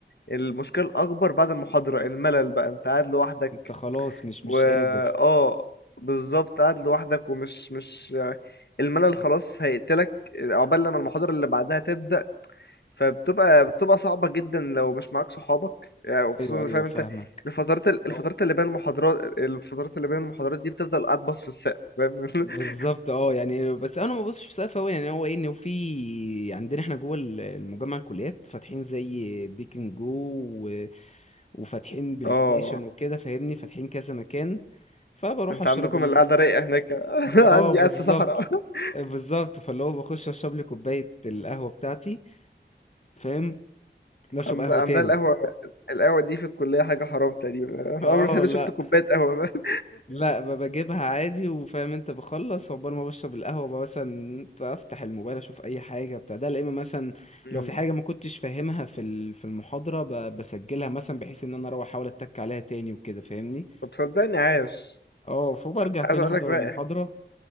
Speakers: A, on the left (about 65°); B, on the left (about 40°).
A: المشكله الاكبر بعد المحاضره الملل بقى انت قاعد لوحدك
B: انت خلاص مش
A: و
B: مش قادر
A: اه بالظبط قاعد لوحدك ومش مش الملل خلاص هيقتلك عقبال لما المحاضرة اللي بعدها تبدأ فبتبقى بتبقى صعبة جدا لو مش معاك صحابك يعني وخصوصا
B: ايوه ايوه
A: فاهم
B: فاهمك
A: انت الفترات الفترات
B: أو-
A: اللي بين المحاضرات الفترات اللي بين المحاضرات دي بتفضل قاعد باص في السقف فاهم
B: بالظبط
A: <laughs>
B: اه يعني بس انا ما ببصش في سقف قوي يعني هو ايه ان في عندنا احنا جوه ال- المجمع الكليات فاتحين زي بيكن جو و... وفاتحين بلاي
A: اه
B: ستيشن وكده فاهمني فاتحين كذا مكان فبروح
A: انت
B: اشرب
A: عندكم
B: ال...
A: القعدة رايقة هناك <laughs> عندي
B: اه بالظبط
A: قاعد في صحراء <laughs>
B: بالظبط فاللي هو بخش اشرب لي كوبايه القهوه بتاعتي فاهم نشرب
A: عند-
B: قهوه
A: عندها
B: تاني
A: القهوة القهوة دي في الكلية حاجة حرام تقريبا
B: اه
A: <laughs> عمري في حياتي
B: لا
A: شفت كوباية قهوة <laughs> فاهم؟
B: لا ب- بجيبها عادي وفاهم انت بخلص عقبال ما بشرب القهوة بقى مثلا افتح الموبايل اشوف اي حاجة بتاع ده لا اما مثلا
A: مم.
B: لو في حاجة ما كنتش فاهمها في ال- في المحاضرة ب- بسجلها مثلا بحيث ان انا اروح احاول اتك عليها تاني وكده فاهمني
A: طب صدقني عاش
B: اه فبرجع تاني
A: عايز اقول
B: احضر
A: لك بقى
B: المحاضرة